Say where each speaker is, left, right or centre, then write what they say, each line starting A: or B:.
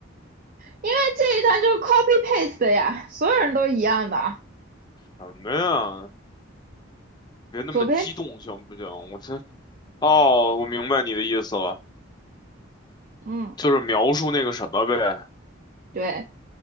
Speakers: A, on the right (about 45°); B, on the left (about 20°).
A: 因为这一段就是 copy paste 的呀，所有人都一样的，
B: 什么呀？别那么激动行不行？
A: 左边，
B: 我这哦，我明白你的意思了，
A: 嗯，
B: 就是描述那个什么呗。
A: 对，